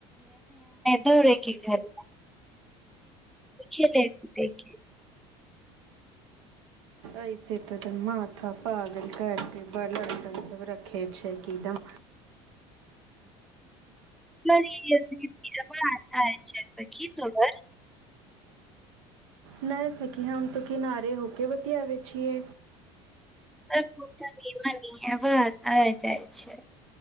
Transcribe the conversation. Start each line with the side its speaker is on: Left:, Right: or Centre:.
Centre: दौड़े कि घरी देख देख
Right: एहिसेत्र माथा पागल करिके बड़दन सब रखे छै किदम
Centre: नहि ब छै सखी त घर
Right: नहि सकी हम तऽ किनारे होके वतिया बेै छीए।
Centre: दे ब आ जाइ छै।